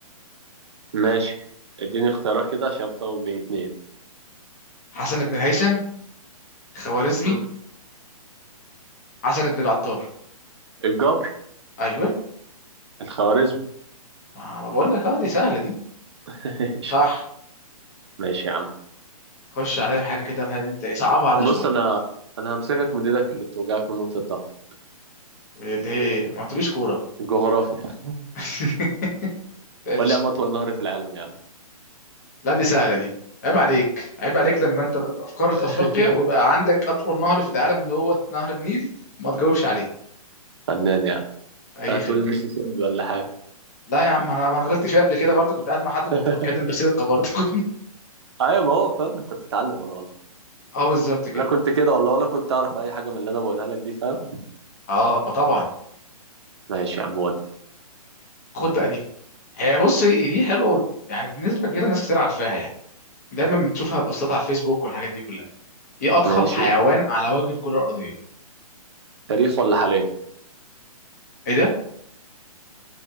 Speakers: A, on the right (about 45°); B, on the left (about 25°).
A: ماشي اديني اختيارات كده عشان بتلخبط بين اتنين
B: حسن بن الهيثم خوارزمي
A: أمم.
B: حسن بن العطار
A: الجبر
B: ايوه
A: الخوارزم
B: ما, ما بقول لك اه دي سهله دي
A: <laughs> ماشي
B: صح
A: ماشي يا عم
B: خش عليا بحاجه كده فاهم انت ايه صعبها عليا
A: بص
B: شويه
A: انا انا همسكك من ايدك اللي بتوجعك من نقطة ضعف
B: اللي هي ما تقوليش كوره
A: الجغرافيا
B: <laughs> ماشي
A: ولا يا عم اطول نهر في العالم يا عم
B: لا دي سهله دي عيب عليك عيب عليك لما انت في قاره
A: <laughs>
B: افريقيا ويبقى عندك اطول نهر في العالم اللي هو نهر النيل ما تجاوبش عليه
A: فنان يا عم
B: اي
A: هتقول
B: خدمه
A: المسيسيبي ولا حاجة
B: لا يا عم انا ما انا غلطت فيها قبل كده برضه كنت قاعد مع حد كنت
A: <laughs>
B: بتكلم بصيغه برضه <laughs> كنت
A: ايوه ما هو فاهم انت بتتعلم ولا غلط
B: اه بالظبط كده
A: انا كنت كده والله ولا كنت اعرف اي حاجة من اللي انا بقولها لك دي فاهم
B: اه طبعا
A: ماشي يا عم ودي
B: خد بقى دي هي بص دي حلوه يعني بنسبه كبيره ناس كتير عارفاها يعني دايما بتشوفها بوستات على الفيسبوك والحاجات دي كلها ايه اضخم
A: ماشي
B: حيوان
A: قول.
B: على وجه الكره الارضيه
A: تاريخ ولا حالية
B: ايه ده